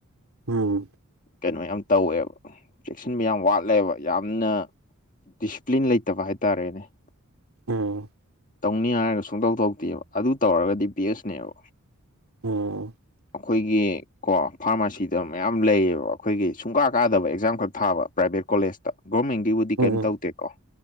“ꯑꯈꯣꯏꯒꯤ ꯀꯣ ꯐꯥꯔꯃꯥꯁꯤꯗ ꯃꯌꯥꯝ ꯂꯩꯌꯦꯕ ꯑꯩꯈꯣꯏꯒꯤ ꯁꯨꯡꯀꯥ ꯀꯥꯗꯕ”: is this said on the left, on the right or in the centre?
Left